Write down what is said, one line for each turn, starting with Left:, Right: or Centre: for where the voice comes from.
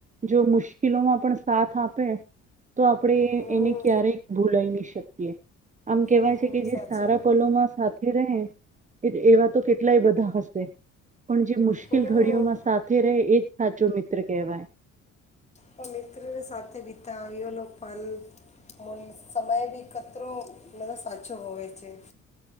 Right: જો મુશ્કેલોમાં પણ સાથ આપે તો આપડે
Left: હમ
Right: એને ક્યારેયક ભૂલાય નહી શકીએ. આમ કેવાય
Left: હમ,
Right: છે કે જે
Left: સાચી
Right: સારા
Left: વાત
Right: પલોમાં સાથે રહે એવા તો કેટલાય બધા હશે. પણ જે મુશ
Left: હમ
Right: કિલ ઘડીઓમાં સાથે રે એ જ સાચો મિત્ર કહેવાય.
Left: પણ મિત્રોએ સાથે બીતાવેલો પલ મન સમય બી કતરો <unintelligible> સાચો હોવે છે.